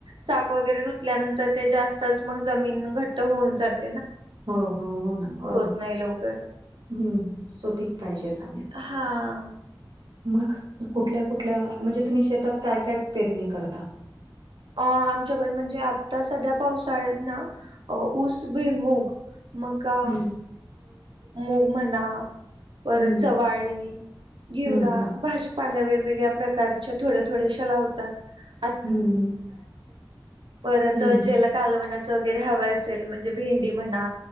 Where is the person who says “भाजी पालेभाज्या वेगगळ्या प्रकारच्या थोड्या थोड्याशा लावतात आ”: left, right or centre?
Right